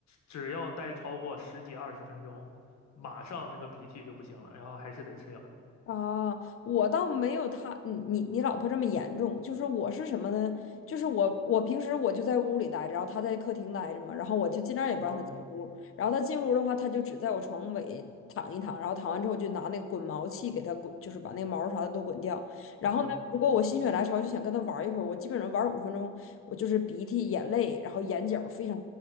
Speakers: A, on the left; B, on the left.
A: 只要待超过十几二十分钟，马上那个鼻涕就不行了，然后还是得吃药。
B: 啊，我倒没有他，你你你老婆这么严重。就是我是什么呢？就是我我平时我就在屋里待着，然后她在客厅待着嘛，然后我就尽量也不让她进屋。
A: 嗯
B: 然后她进屋的话，她就只在我床尾躺一躺，然后躺完之后我就拿那个滚毛器给她滚，就是把那个毛啥的都滚掉。然后呢，
A: 嗯，
B: 如果我心血来潮就想跟她玩一会儿，我基本上玩五分钟，我就是鼻涕、眼泪，然后眼角非常